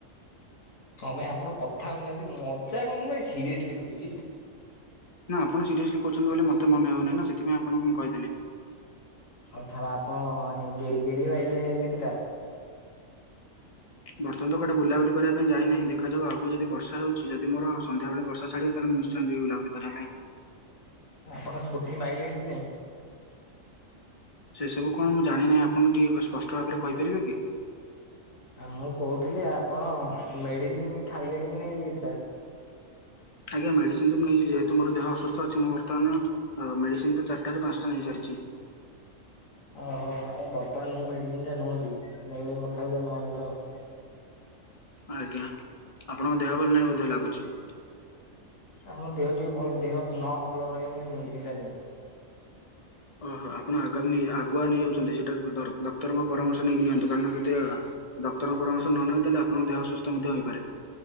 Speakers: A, on the left; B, on the left.
A: କଣ ପାଇଁ ଆପଣ କଥା ହଉନାହାନ୍ତି ମଜା କଣ ପାଇଁ ସିରିଏସଲି କହୁଛି।
B: ନା ଆପଣ ସିରିୟସଲି କରୁଛନ୍ତି ବୋଲି ମୋତେ ମନେହଉନି ନା ସେଥିପାଇଁ ଆପଙ୍କୁ ମୁଁ କହିଦେଲି।
A: ଆଉ ଥଡା ଆପଣ ମାନେ ଗେଡି ଗେଡି ମଇଲେଣି ଆଜି କେତେଟା?
B: ବର୍ତ୍ତମାନ ତ କୁଆଡ଼େ ବୁଲାବୁଲି କରିବା ପାଇଁ ଯାଇନାହିଁ। ଦେଖାଯାଉ ଆଗକୁ ଯଦି ବର୍ଷ ହେଉଛି ଯଦି ମୋର ସନ୍ଧ୍ୟାବେଳେ ବର୍ଷା ଛଡ଼ିବ ତାଲେ ମୁଁ ନିଶ ଛନ୍ତି ବୁଲାବୁଲି କରିବା ପାଇଁ
A: ଆପଣ ଛୋଟି ମାଇଲେଣି କି ନାଇଁ?
B: ସେ ସବୁ କଣ ମୁଁ ଜାଣି ନାହିଁ ଆପଣ ଟିକେ ସ୍ପଷ୍ଟ ଭାବରେ କହିପାରିବେ କି?
A: ଆ ମୁଁ କହୁଥିଲି ଆପଣ ମେଡିସିନ ଖାଇଲେଣି କି ନେଇ ଆଜି କେତଟା?
B: ଆଜ୍ଞା ମେଡିସିନ ମୁ ନେଇଯାଇଛି ଯେହେତୁ ମୋ୍ ଦେହ ଅସୁସ୍ଥ ଅଛି ମୁଁ ବର୍ତ୍ତମାନ ମେଡିସିନ ତ ଚାରିଟାରୁ ପାଞ୍ଚଟା ନେଇ ସାରିଛି।
A: ଓହୋ ଆ ବର୍ତ୍ତମାନ ମୁଁ ମେଡିସିନ ଟା ନେଉଛି ନେଇ ନେଇ କଥା ହେଇ <unintelligible>
B: ଆଜ୍ଞା ଆପଣଙ୍କ ଦେହ ଭଲ ନାହିଁ ବବୋଧେ ଲାଗୁଛି?
A: ନାଇ ମୋ ଦେହ ଟିକେ ଭଲ ଦେହ ନ ଭଲ ରହିବା ପାଇଁ ମେଡିସିନ ଟା ନିଏ।
B: ଓହୋ ଆପଣ ଆଗମୀ ଆଗୁଆ ନେଇ ଯାଉଛନ୍ତି। ସେଇଟା ଡକ୍ଟ ଡକ୍ଟରଙ୍କ ପରାମର୍ଶ ନେଇକି ନିଅନ୍ତୁ କାରଣ ଯଦି ଡକ୍ଟରଙ୍କ ପରାମର୍ଶ ନ ନେବେ ଆପଣଙ୍କ ଦେହ ସୁସ୍ଥ ମଧ୍ୟ ହୋଇପାରେ।